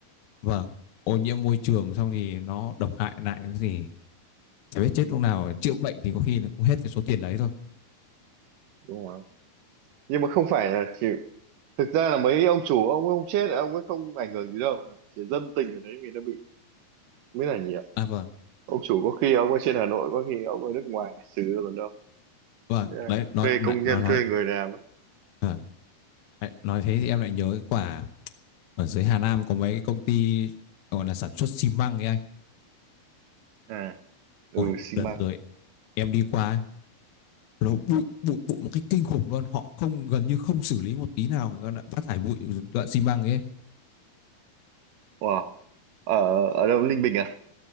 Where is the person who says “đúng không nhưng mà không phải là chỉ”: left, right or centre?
Right